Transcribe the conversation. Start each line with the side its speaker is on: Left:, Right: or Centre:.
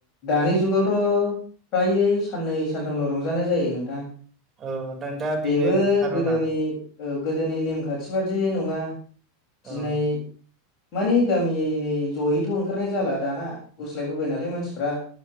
Left: दानि जुगावथ' फ्रायै साननै सानथामल' रंजानाय जायो नोंथां।
Right: औ नोंथां दा बेनो
Left: बेबो
Right: खार'ना
Left: गोदोनि औ गोदोनि नेमखान्थि बादि नङा दिनै
Right: औ
Left: माने गामि नै जयैथ' ओंखारनाय जाला दाना गुस्लायबोबाय नालाय मानसिफ्रा